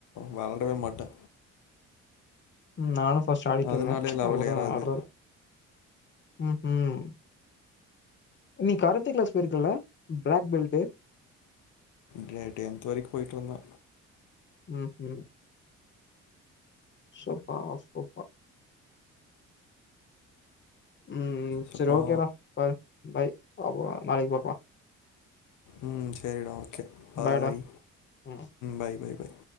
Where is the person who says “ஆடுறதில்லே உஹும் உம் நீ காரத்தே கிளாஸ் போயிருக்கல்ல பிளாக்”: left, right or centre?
Left